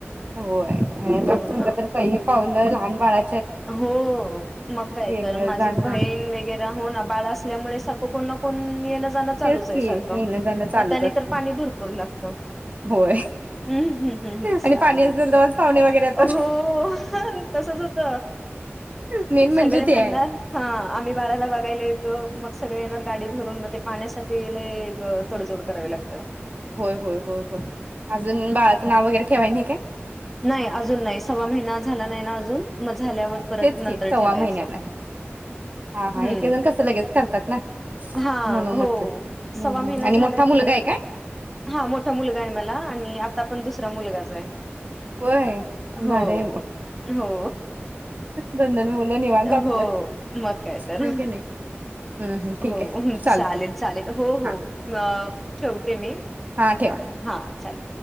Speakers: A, on the right; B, in the centre.
A: होय आणि
B: हो
A: तुमच्या
B: ना
A: तर पाई पावण लहान बाळा
B: हो मग काय
A: येणं
B: तर माझी
A: जाणं
B: बहीण वगैरे हो ना बाळ असल्यामुळे सारखं कोण ना कोण येणंच जाण चालूच
A: तेच
B: ये
A: की
B: सारखं
A: येणं जाणं चालूच
B: मग त्यानं
A: असतंय
B: तर पाणी त्यांनी तर पाणी भरपूर लागतं
A: होय.
B: हूं हूं हूं हूं
A: आणि
B: चालेल
A: पाणी असेल तेव्हाच पाहुणे वगैरे येतात
B: हो तसच होतं
A: मेन म्हणजे
B: सगळे
A: ते
B: म्हणणार
A: आहे
B: हा आम्ही बाळाला बघायला येतो. मग सगळे येणार गाडी भरून म ते पाण्यासाठी लई ग तडजोड करावी लागत.
A: होय होय होय होय अजून बाळाचं नाव वगैरे ठेवाय नाय काय?
B: नाय अजून नाही सव्वा महिना झाला नाही ना अजून मग झाल्यावर परत
A: तेच
B: नंतर
A: की सव्वा
B: ठेवायचं
A: महिन्याला हा हा
B: हूं
A: एक एक जण कसं लगेच करतात ना
B: हा
A: म्हणून
B: हो
A: म्हटलं. हम्म
B: सव्वा महिना
A: हम्म आणि
B: झाला
A: मोठा मुलगा
B: की
A: आहे काय
B: हा मोठा मुलगा हाय मला आणि आता पण दुस ठा मुलगाचा आहे.
A: होय
B: हो
A: भारी आहे मग.
B: हो
A: दोन दोन मुलं निवांत आपलं
B: हो मग काय तर
A: होय की नाही हम्म हम्म ठीक
B: हो
A: आहे चालतंय
B: चालेल चालेल हो
A: हा.
B: हो अ ठेवते मी
A: हा ठेवा
B: हा चाले